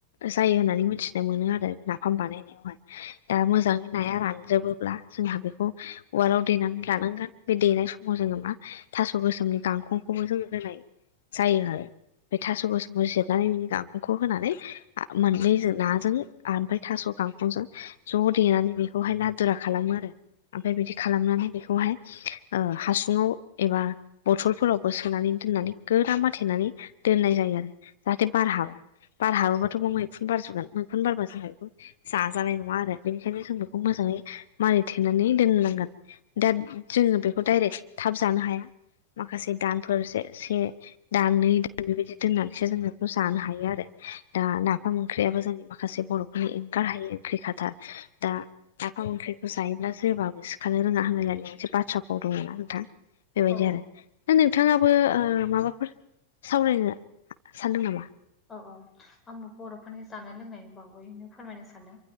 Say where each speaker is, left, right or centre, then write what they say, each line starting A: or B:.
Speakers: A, on the left; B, on the left.
A: जायो होननानै मिथिनाय मोनो आरो नाफाम बानायनायावहाय दा मोजाङै नाया रानजोबोब्ला जोंहा बेखौ उवालाव देनानै लानांगोन बे देनाय समाव जोङो मा थास' गोसोमनि गांखंखौबो जोंङो होनाय जायो आरो ओमफ्राय थास गोसोमखौ जिरनानै बिनि गागंखौ होनानै मोननैजों नाजों ओमफ्राय थास' गांखंजों ज' देनानै बेखौहाय लादुरा खालामो आरो ओमफ्राय बिदि खालामनानै बेखौहाय हासुङाव एबा बथलफोरावबो सोनानै दोननानै गोरा माथेनानै दोननाय जायो आरो जाहाथे बार हाबा बारहाबोब्लााथ'ब मैखुन बारजोबगोन मैखुन बारबा जों हायखौ जाजानाय नङा आरो बेनिखायनो जों बेखौ मोजाङै मारैथेनानै दोन नांगोन दा जोङो बेखौ डायरेक्ट थाब जानो हाया माखासे दानफोर से दान नै दान बेबायदि दोननानैसो जोंङ बेखौ जानो हायो आरो दा नाफाम ओंख्रियाबो जोंनि माखासे बर'फोरनि ओंखार हायो ओंख्रि खाथार दा नाफाम ओंख्रिखौ जायोब्ला जोबाबो सि खारनो रोङा होनायानाय मोनसे बाथ्रा फाव दं आरो ना नोंथां बेबायदि
B: औ
A: आरो दा नोंथाङाबो ओ माबाफोर सावरायनो सानदों नामा
B: औ औ आंबो बर'फोरनि जानाय लोंनायनि बागैनो फोरमायनो सानो